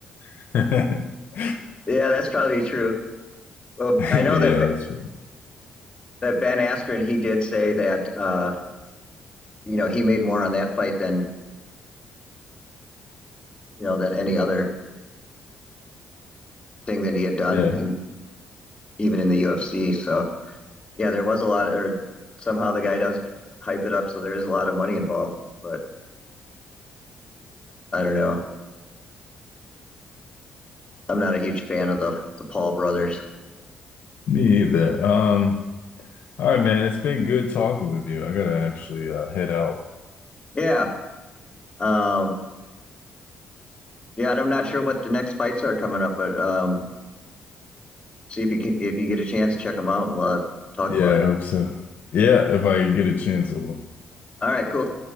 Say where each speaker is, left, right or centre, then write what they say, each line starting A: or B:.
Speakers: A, on the left (about 65°); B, on the left (about 25°).
A: yet. <laughs>
B: That's probably true. Well,
A: Yeah,
B: I know that Be-
A: that's,
B: that Ben Askren he did say that uh, you know he made more on that fight than you know than any other thing that he had done,
A: yeah,
B: and even in the UFC. So yeah, there was a lot, or somehow the guy does hype it up, so there is a lot of money involved. But I don't know. I'm not a huge fan of the the Paul brothers.
A: me either. Um, all right, man, it's been good talking with you. I gotta actually uh, head out.
B: Yeah. Um, yeah, and I'm not sure what the next fights are coming up, but um, see if you can, if you get a chance, check them out, and we'll uh, talk
A: Yeah,
B: about it.
A: I hope so. Yeah, if I get a chance, I will.
B: All right, cool.